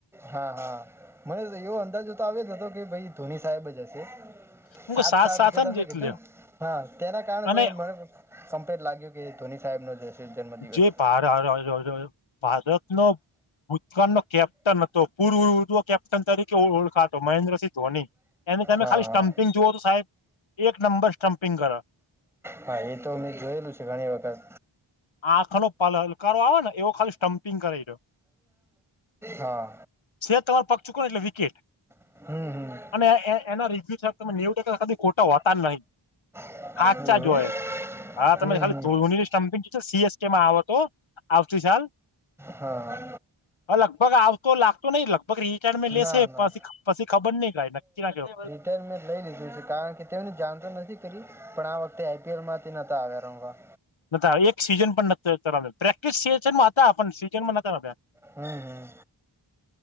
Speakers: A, in the centre; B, on the left.
A: હા હા મને એવો અંદાજ તો આવ્યો જ હતો કે ભાઈ ધોની સાહેબ જ હશે
B: હું
A: સાત
B: ક
A: સાત
B: સાથ
A: જે તમે
B: જ એટલે
A: કીધું ને હા તેના કારણે પછી
B: અને
A: મને કમ્પેર લાગ્યું કે જે ધોની સાહેબ નો હશે જન્મદિવસ
B: જે ભાર ભારતનો <unintelligible> ઉત નો કેપ્ટન હતો પૂર્વ ઉવો કેપ્ટન તરીકે ઓળખાતો મહેન્દ્રસિંહ ધોની <unintelligible> એનુ તમે
A: હા
B: ખાલી સ્ટમ્પિંગ
A: હા
B: જુઓ તો સાહેબ એક નંબર સ્ટમ્પિંગ કરે
A: હા એ તો મેં જોયેલું છે ઘણી વખત
B: આંખ નો હલકારો આવે ને એવો ખાલી સ્ટમ્પિંગ કરે એરયો
A: હા
B: શે તમારો પગ ચૂકો ને એટલે વિકેટ
A: હમ હમ
B: અને એના રિવ્યુબ તમે નેવ ટકા ખા ખો <unintelligible> હોતા જ નહી
A: એવું
B: હાચા જ હોય હા
A: હમ
B: તમે ખાલી
A: હમ
B: ધોની જ પંગ સીએસકે માં આવતો આવતી સાલ
A: હા
B: હ લગભગ આવતો લાગતો નઈિ લગભગ રિટાયડ મે લેશે
A: ના ના
B: પછી પછી ખબર નહ કઈ નક્કી ના કેવાય
A: અત્યારે મેં લઈ લીધું છે કારણ કે તેની જાણતો નથી કરી પણ આ વખતે આઈપીએલમાંથી નતા આવ્યા રમવા
B: બધા એક સીઝન પણ્યા નતા પ્રેક્ટિસ સીઝન માં હતા પણ સીઝન માં નતા રમ્યા
A: હમ હમ